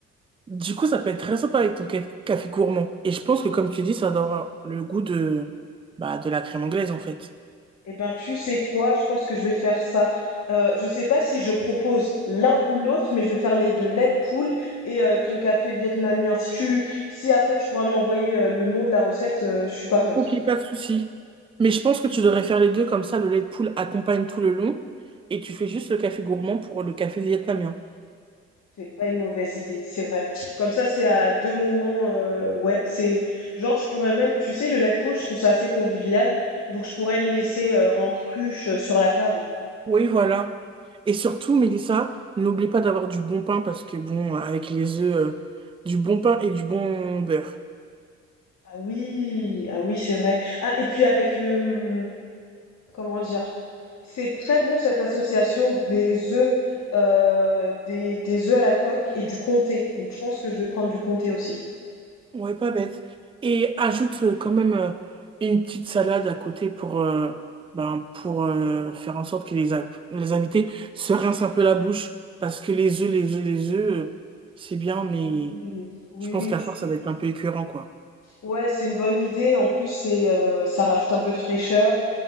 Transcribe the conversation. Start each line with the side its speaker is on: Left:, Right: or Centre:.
Right: Du coup, ça peut être très sympa avec ton ca- café gourmand. Et je pense que, comme tu dis, ça doit avoir le goût de, bah, de la crème anglaise, en fait.
Left: Eh ben, tu sais quoi? Je pense que je vais faire ça. Euh, je sais pas si je propose l'un ou l'autre, mais je vais faire les deux, lait de poule et euh, ton café vietnamien. Si tu, si après tu pourras m'envoyer euh, le nom de la recette, euh, je suis pas contre.
Right: Ok, pas de souci. Mais je pense que tu devrais faire les deux, comme ça, le lait de poule accompagne tout le long et tu fais juste le café gourmand pour le café vietnamien.
Left: C'est pas une mauvaise idée, c'est vrai. Comme ça, c'est à deux moments. euh, ouais, c'est genre je pourrais même, tu sais, le lait de poule, je trouve ça assez convivial, donc je pourrais le laisser euh, en cruche euh, sur la table.
Right: Oui, voilà. Et surtout, Mélissa, n'oublie pas d'avoir du bon pain parce que, bon, avec les œufs, euh, du bon pain et du bon beurre.
Left: Ah oui, ah oui, c'est vrai. Ah, et puis avec le, comment dire, c'est très bon cette association des œufs, euh, des, des œufs à la coque et du comté. Donc je pense que je vais prendre du comté aussi.
Right: Ouais, pas bête. Et ajoute euh, quand même euh, une petite salade à côté pour, euh, ben, pour euh, faire en sorte que les, a- les invités se rincent un peu la bouche. Parce que les œufs, les œufs, les œufs, euh, c'est bien, mais
Left: Oui, oui, oui. Oui,
Right: je pense
Left: oui.
Right: qu'à force, ça va être un peu écœurant, quoi.
Left: Ouais, c'est une bonne idée. En plus, c'est, euh, ça rajoute un peu de fraîcheur